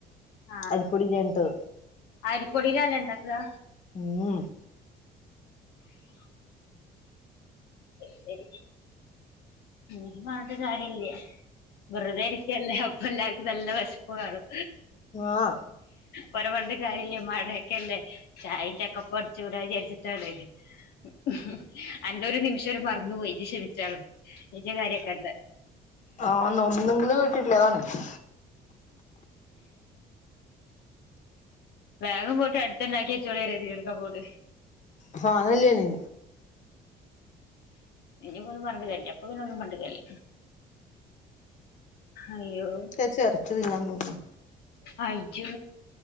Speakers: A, on the left; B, on the left.
A: ആ
B: അരിപ്പൊടി ഇല്ലാഞ്ഞിട്ട്
A: ആ അരിപ്പൊടിയിലല്ലെ ഇണ്ടാക്ക?
B: മ്
A: ശരി ശരി ഇനീ പറഞ്ഞിട്ട് കാര്യമല്ല്യ വെറുതെരിക്കല്ലേ അപ്പ എല്ലാർക്കും നല്ല വേശപ്പ് കാണും.
B: ആഹ്
A: ഓനെ പറഞ്ഞിട്ട് കാര്യല്യ മയയൊക്കെയല്ലേ. ചായ ചക്കപ്പ അടിച്ചുൂടാ വിചാരിച്ചിട്ടാണ്‌ ഉ അന്നേ ഒരു നിമിഷംര് മറന്നു പോയി ഇനി ക്ഷമിച്ചാള് ഇനി ഇജ്ജ് കാര്യൊക്കെണ്ട
B: ആഹ ഒന്നെങ്കും കേട്ടിട്ടില്ലേ അതാണ് <unintelligible>
A: വേഗം പോട്ട്ടു <unintelligible> തന്നെക്കെ ചോിയറഴതി എടുക്ക പോത് <unintelligible>
B: ഫ അതല്ലയാാണ്
A: ഇനി പോന്നും പറഞ്ഞിട്ട് കരിയില്യ ഇപ്പംപിന്നേ ഒന്നും കണ്ടില്ല അയ്യോ
B: ഇച്ച് ചെറച്ച് തിന്നാൻ പോകുന്നു.
A: അജജു